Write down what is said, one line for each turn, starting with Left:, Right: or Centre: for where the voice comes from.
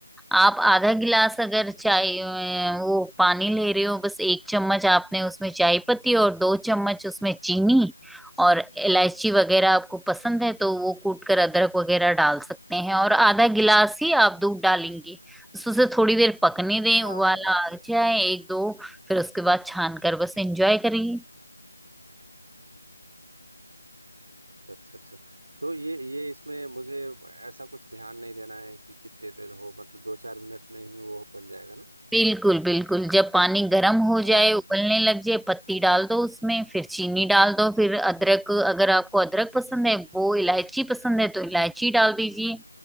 Centre: आप आधा गिलास अगर चाय अ, वो पानी ले रहे हो बस एक चम्मच आपने उसमें चाय पत्ती और दो चम्मच उसमें चीनी और इलायची वगैरह आपको पसंद है तो वो कूट कर अदरक वगैरह डाल सकते हैं और आधा गिलास ही आप दूध डालेंगे बस उसे थोड़ी देर पकने दें उबाला
Right: आधा गिलास
Centre: आ जाए एक दो फिर उसके बाद छान कर बस एंजॉय करिए
Right: अच्छा अच्छा तो ये ये इसमें मुझे ऐसा कुछ ध्यान नहीं देना है कि कितने देर हो मतलब दो चार मिनट में ही वो बन जाएगा ना
Centre: बिल्कुल बिल्कुल जब पानी गर्म हो जाए
Right: ओह
Centre: उबलने लग जाए पत्ती
Right: अच्छा
Centre: डाल दो उसमें फिर चीनी डाल दो फिर अदरक अगर आपको अदरक पसंद है वो इलायची पसंद है तो इलायची डाल दीजिए